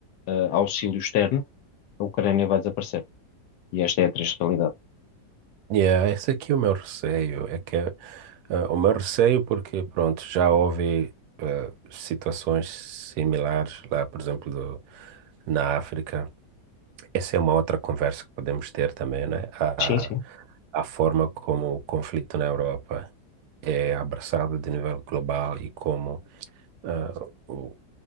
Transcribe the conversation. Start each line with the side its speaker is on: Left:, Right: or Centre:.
Left: eh, auxílio externo, a Ucrânia vai desaparecer. E esta é a triste realidade.
Right: Yeah, esse aqui é o meu receio. É que ah, o meu receio porque, pronto, já houve ah, situações similares lá, por exemplo, do- na África Essa é uma outra conversa que podemos ter também, né? A,
Left: Sim, sim.
Right: a forma como o conflito na Europa é abraçado de nível global e como ah, o-